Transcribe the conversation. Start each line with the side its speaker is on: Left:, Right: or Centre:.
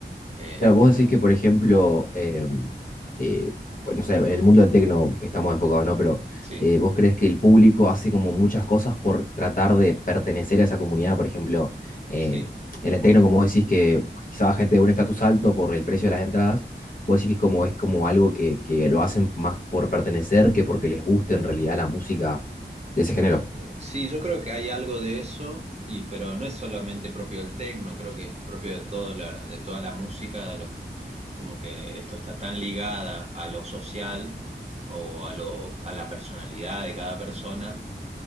Right: Eh,
Left: Claro, vos
Right: Claro.
Left: decís que, por ejemplo, em, eh, pues, no sé, en el mundo del tecno estamos enfocados, ¿no? Pero
Right: sí,
Left: eh, vos crees que el público hace como muchas cosas por tratar de pertenecer a esa comunidad, por ejemplo, eh,
Right: sí.
Left: en el tecno, como vos decís que quizá va gente de un estatus alto por el precio de las entradas, vos decís que como, es como algo que, que lo hacen más por pertenecer que porque les guste en realidad la música de ese género.
Right: Eh, Sí, yo creo que hay algo de eso, y, pero no es solamente propio del techno. creo que es propio de, todo la, de toda la música, de los, como que esto está tan ligada a lo social o a, lo, a la personalidad de cada persona,